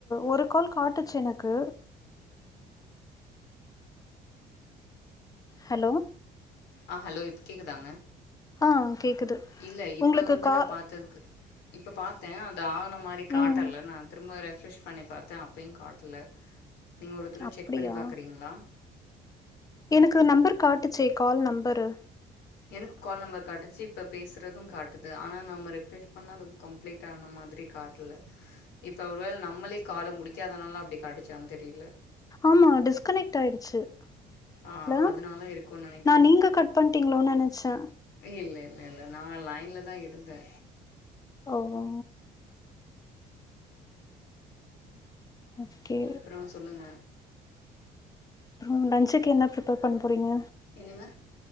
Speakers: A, on the left; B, on the left.
A: ஒரு கால் காட்டுச்சு எனக்கு ஹலோ
B: ஆ ஹலோ இப்போ கேக்குதாங்க
A: ஆ கேக்குது
B: ஆ‌ இல்ல இப்ப
A: உங்களுக்கு
B: வந்து
A: கா
B: நா பாத்ததுக்கு இப்ப பாத்தே அது ஆன மாரி காட்டல
A: ம்
B: நா திரும்ப ரெஃப்ரெஷ் பண்ணி பாத்தே அப்பயு காட்டல நீங்க ஒரு தடவ
A: அப்டியா
B: செக் பண்ணி பாக்கிறீங்களா
A: எனக்கு நம்பர் காட்டுச்சே கால் நம்பரு
B: எனக்கு கால் நம்பர் காட்டுச்சி இப்ப பேசுறதும் காட்டுது ஆனா நம்ம ரெஃப்ரெஷ் பண்ணா அது கம்ப்ளீட் ஆன மாதிரி காட்டல இப்ப ஒருவேள நம்மளே கால முடிக்காதனாலா அப்டி காட்டுச்சான்னு தெரில
A: ஆமா டிஸ்கனெக்ட் ஆயிடுச்சு
B: ஆ
A: லோ
B: அதனால இருக்குன்னு நெனைக்கிறே
A: நா நீங்க கட் பண்ணிட்டீங்களோன்னு நெனச்சே
B: இல்ல இல்ல இல்ல நா லைன்ல தா இருந்தே
A: ஓஹோ ஓகே
B: அப்றோ சொல்லுங்க
A: ம் லன்சுக்கு என்ன ப்ரிப்பேர் பண்ண போறீங்க
B: என்னங்க